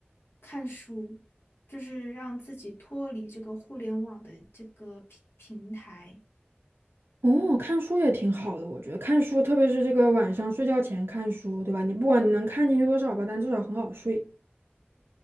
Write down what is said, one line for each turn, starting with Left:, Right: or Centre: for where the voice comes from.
Left: 看书，就是让自己脱离这个互联网的这个平平台。
Right: 哦，看书也挺好的，我觉得看书，特别是这个晚上睡觉前看书，对吧？你不管你能看进去多少吧，但至少很好睡。